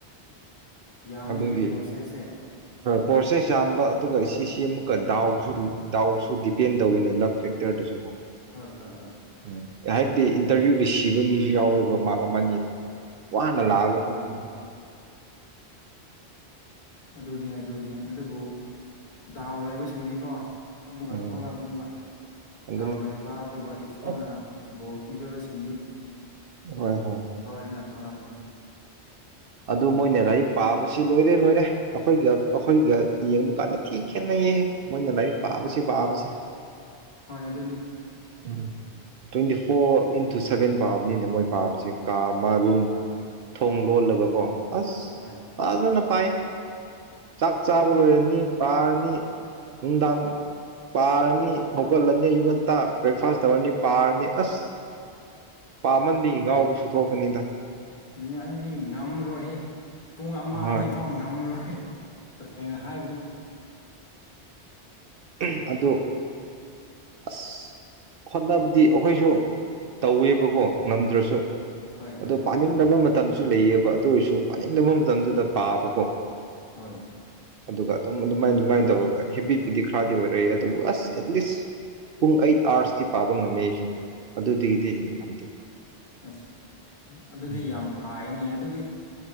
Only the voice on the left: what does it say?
ꯌꯥꯃꯍꯦ
ꯄ꯭ꯔꯣꯁꯦꯁꯦ
ꯍꯣꯏ ꯍꯣꯏ ꯍꯣꯏ
ꯑꯗꯨꯅꯤ
ꯑꯗꯨꯅꯦ ꯑꯗꯨꯅꯦ ꯑꯗꯨꯕꯨ ꯗꯥꯎ ꯂꯩꯕꯁꯤꯡꯅꯤꯀꯣ ꯑꯃꯨꯛꯀ
ꯊꯣꯛꯂꯛꯅꯦꯕ
ꯗꯥꯎꯟ ꯂꯩꯕ ꯑꯗꯨꯒ ꯏꯁꯣꯔꯅ
ꯕꯣ ꯄꯤꯕꯁꯤꯡꯗꯤ
ꯁꯔꯤ ꯅ ꯊꯧꯂꯥ ꯀꯅꯤ
ꯍꯣꯏ ꯑꯗꯨꯅꯤ
ꯍꯣꯏ
ꯑꯗꯨꯅꯤ
ꯑꯗꯨꯅ ꯑꯩꯗꯤ ꯉꯝꯔꯣꯏꯍꯦ ꯄꯨꯡ ꯑꯃ
ꯑꯅꯤ ꯐꯥꯎ ꯉꯝꯔꯣꯏ ꯇꯁꯦꯡꯅ ꯍꯥꯏꯕꯅꯤ
ꯍꯣꯏ ꯍꯣꯏ ꯍꯣꯏ
ꯐ
ꯑꯁ ꯑꯗꯨꯗꯤ
ꯌꯥꯝ ꯐꯅꯦ ꯑꯗꯨꯗꯤ